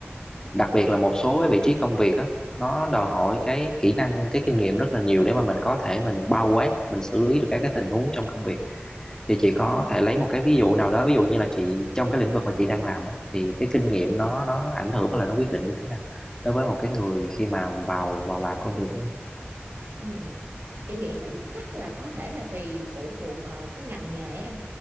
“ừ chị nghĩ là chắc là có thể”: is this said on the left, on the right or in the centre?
Right